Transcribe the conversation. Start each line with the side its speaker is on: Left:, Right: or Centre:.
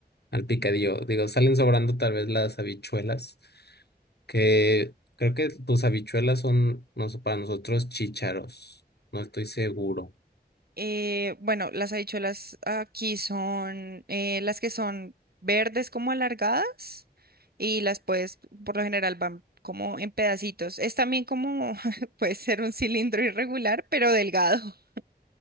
Left: al picadillo. Digo, salen sobrando tal vez las habichuelas, que creo que tus habichuelas son, no sé, para nosotros chícharos. No estoy seguro.
Right: Eh, bueno, las habichuelas aquí son eh, las que son verdes como alargadas y las puedes, por lo general van como en pedacitos. Es también como, <laughs> puede ser un cilindro irregular, pero delgado. <laughs>